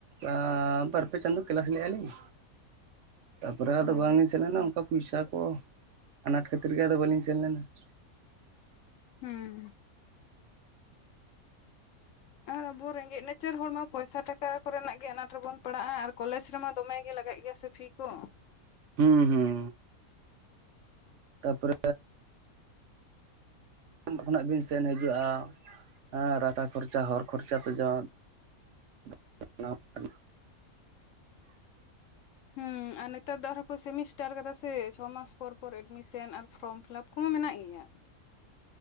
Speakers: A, on the right (about 65°); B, on the left (about 65°).
A: ᱟᱻ ᱵᱟᱨᱯᱮ ᱪᱟᱸᱫᱚ ᱠᱟ. ᱞᱟᱥ ᱞᱮᱜᱼᱟᱞᱤᱧ ᱛᱟᱨᱯᱚᱨᱮ ᱟᱫᱚ
B: ᱚᱸ
A: ᱵᱟᱝᱞᱤᱧ ᱥᱮᱱ ᱞᱮᱱᱟ ᱚᱱᱠᱟ ᱯᱩᱭᱥᱟ ᱠᱚ ᱟᱱᱟᱴ ᱠᱷᱟᱹᱛᱤᱨ ᱜᱮ ᱟᱫᱚ ᱵᱟ. ᱞᱤᱧ ᱥᱮᱱ ᱞᱮᱱᱟ᱾ <unintelligible>
B: ᱦᱩᱸ ᱟᱨ ᱟᱵᱚ ᱨᱮᱸᱜᱮᱡ ᱱᱟᱪᱟᱨ ᱦᱚᱲ ᱢᱟ ᱯᱚᱭᱥᱟ ᱴᱟᱠᱟ ᱠᱚᱨᱮᱱᱟᱜ ᱜᱮ ᱟᱱᱟᱴ ᱨᱮᱵᱚᱱ ᱯᱟᱲᱟᱜᱼᱟ ᱟᱨ ᱠᱚᱞᱮᱡᱽ ᱨᱮᱢᱟ ᱫᱚᱢᱮ ᱜᱮ ᱞᱟᱜᱟᱜ ᱜᱮᱭᱟ ᱥᱮᱼᱼ ᱯᱷᱤ ᱠᱚ
A: ᱦᱩᱸ ᱦᱩᱸ ᱛᱟᱯᱚᱨᱮ ᱩᱱ ᱠᱷᱚᱱᱟᱜ ᱵᱤᱱ ᱥᱮᱱ ᱦᱤᱡᱩᱜᱼᱟ ᱮᱸ ᱨᱟᱪᱟ ᱠᱷᱚᱨᱪᱟ ᱦᱚᱨ ᱠᱷᱚᱨᱪᱟ ᱛᱮ ᱡᱚᱢᱼᱼ <unintelligible>
B: ᱦᱩᱸ ᱟᱨ ᱱᱮᱛᱟᱨ ᱫᱚ ᱟᱨᱦᱚᱸ ᱠᱚ ᱥᱮᱢᱤᱥᱴᱟᱨ ᱟᱠᱟᱫᱟ ᱥᱮ ᱪᱷᱚ ᱢᱟᱥ ᱯᱚᱨ ᱯᱚᱨ ᱮᱰᱢᱤᱥᱮᱱ ᱟᱨ ᱯᱷᱚᱨᱚᱢ ᱯᱷᱤᱞᱟᱯ ᱠᱚᱦᱚᱸ ᱢᱮᱱᱟᱜ ᱜᱮᱭᱟ᱾